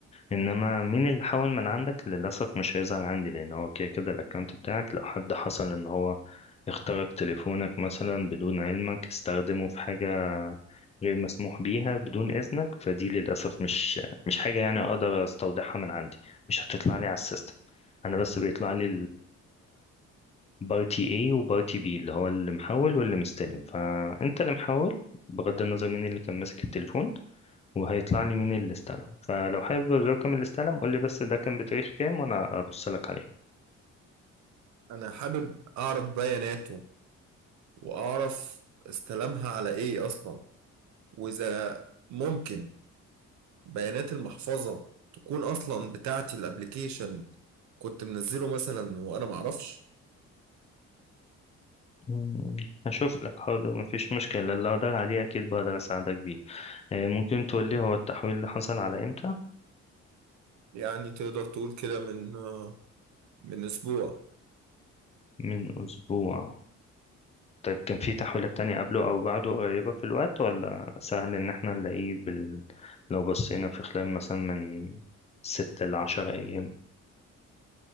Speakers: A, on the left; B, on the right.
A: إنما مين اللي حول من عندك للأسف مش هيظهر عندي لأن هو كده كده الأكونت بتاعك لو حد حصل إن هو اخترق تليفونك مثلا بدون علمك استخدمه في حاجة غير مسموح بيها بدون إذنك فدي للأسف مش مش حاجة يعني أقدر أستودعها من عندي مش هتطلع لي على السيستم أنا بس بيطلع لي البارتي A وبارتي B اللي هو اللي محول واللي مستلم فأنت اللي محول بغض النظر مين اللي كان ماسك التليفون وهيطلع لي مين اللي استلم فلو حابب الرقم اللي استلم قول لي بس ده كان بتاريخ كام وأنا أبص لك عليه
B: انا حابب اعرف بياناته واعرف استلمها على ايه اصلا واذا ممكن بيانات المحفظة تكون اصلا بتاعتي الابليكيشن كنت منزله مثلا وانا معرفش
A: مم، هشوف لك حاضر مفيش مشكلة اللي أقدر عليه أكيد بقدر أساعدك بيه آه، ممكن تقول لي هو التحويل اللي حصل على إمتى؟
B: يعني تقدر تقول كده من من اسبوع
A: من أسبوع طيب كان في تحويلات تانية قبله أو بعده قريبة في الوقت ولا سهل إن احنا نلاقيه بال... لو بصينا في خلال مثلا من ست لعشر أيام